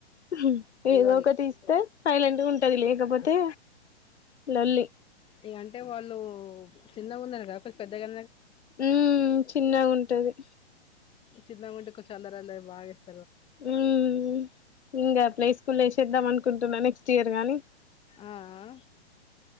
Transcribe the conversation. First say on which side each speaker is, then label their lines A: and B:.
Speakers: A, on the left (about 80°); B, on the left (about 15°).
A: ఊహ్మ్ ఏదో
B: ఇగ వాళ్ళు
A: ఒకటి ఇస్తే సైలెంట్గా ఉంటది లేకపోతే లొల్లి
B: ఇ అంటే వాళ్ళు చిన్నగా ఉన్నారు కదా కొంచ పెద్దగా
A: ఊమ్ చిన్నగా ఉంటది
B: చిన్నగొంటే కొంచెం అల్లరి అల్లరి బాగా చేస్
A: ఊమ్ వుండే ఆ ప్లే స్కూల్లో ఏశేద్దాం అను కుంటున్న నెక్స్ట్ ఇయర్ గాని
B: ఆ ఆ